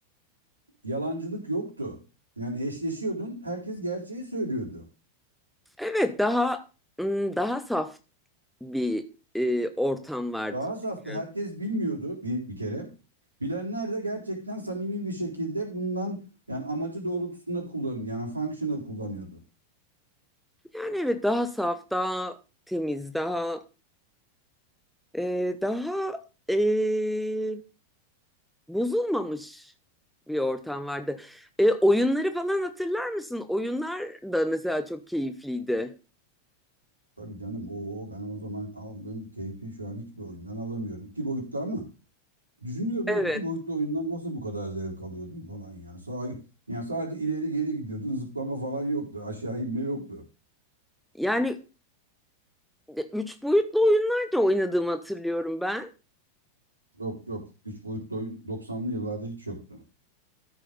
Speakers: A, on the right; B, in the centre.
A: yalancılık yoktu. Yani eşleşiyordun. Herkes gerçeği söylüyordu.
B: Evet daha ım, daha saf bir e, ortam vardı
A: Daha safta
B: çünkü.
A: herkes bilmiyordu bir, bir kere. Bilenler de gerçekten samimi bir şekilde bundan yani amacı doğrultusunda kullanıyordu. Yani functional kullanıyordu.
B: Yani evet daha saf, daha temiz, daha Ee, daha ee, bozulmamış bir ortam vardı. Ee, oyunları falan hatırlar mısın? Oyunlar da mesela çok keyifliydi.
A: Tabii canım o ben o zaman aldığım keyfi şu an hiçbir oyundan alamıyorum. İki boyutlu ama düşünüyorum
B: Evet.
A: lan iki boyutlu oyundan nasıl bu kadar zevk alıyordun falan yani. Sağa, yani sadece ileri geri gidiyordun zıplama falan yoktu aşağı inme yoktu.
B: Yani de- üç boyutlu oyunlar da oynadığımı hatırlıyorum ben.
A: Yok yok üç boyutlu oyun 90'lı yıllarda hiç yoktu.